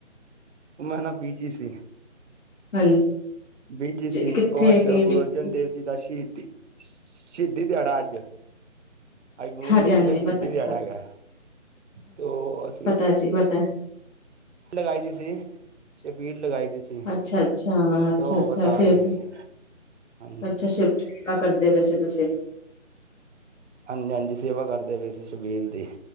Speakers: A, on the right; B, on the left.
A: ਉਹ ਮੈਂ ਨਾ ਬੀਜੀ ਸੀ।
B: ਹਾਂਜੀ।
A: ਬੀਜੀ ਸੀ।
B: ਕਿੱਥੇ
A: ਉਹ ਅੱਜ
B: ਕੀ ਬਿਜੀ
A: ਗੁਰੂ ਅਰਜਨ
B: ਸੀ
A: ਦੇਵ ਜੀ ਦਾ ਸ਼ਹੀਦੀ ਸ਼ਹੀਦੀ ਦਿਹਾੜਾ ਅੱਜ ਅੱਜ ਗੁਰੂ
B: ਹਾਂਜੀ
A: ਜੀ
B: ਹਾਂਜੀ
A: ਦੀ ਸ਼ਹੀਦੀ
B: ਪਤਾ
A: ਦਿਹਾੜਾ ਹੈਗਾ, ਤੇ ਅਸੀਂ
B: ਭਾਜੀ, ਪਤਾ ਹੈ।
A: ਲਗਾਈ ਦੀ ਸੀ, ਸ਼ਬੀਲ ਲਗਾਈ ਦੀ ਸੀ।
B: ਅੱਛਾ-ਅੱਛਾ, ਅੱਛਾ-ਅੱਛਾ,
A: ਤੇ ਉਹ ਵਰਤਾ
B: ਫੇਰ
A: ਰਹੇ ਸੀ ਹੂੰ
B: ਅੱਛਾ, ਸੇਵਾ ਕਰਦੇ ਵੈ ਸੀ। ਤੁਸੀ--ਂ
A: ਹਾਂਜੀ-ਹਾਂਜੀ, ਸੇਵਾ ਕਰਦੇ ਪਏ ਸੀ, ਸ਼ਬੀਲ ਦੀ।